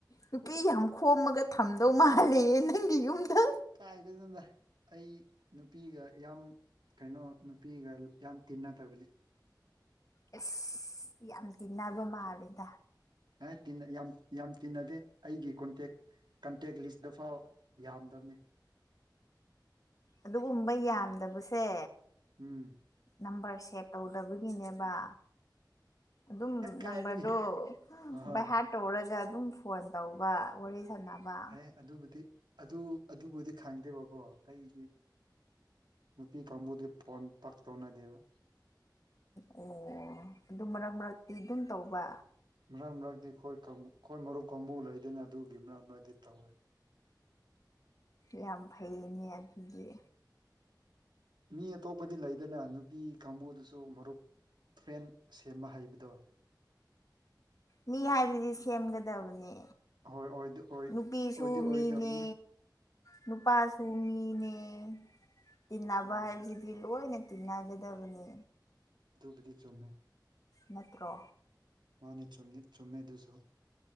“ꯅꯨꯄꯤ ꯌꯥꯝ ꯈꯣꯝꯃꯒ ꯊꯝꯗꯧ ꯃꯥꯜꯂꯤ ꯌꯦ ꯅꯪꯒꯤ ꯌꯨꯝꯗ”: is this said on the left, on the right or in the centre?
Left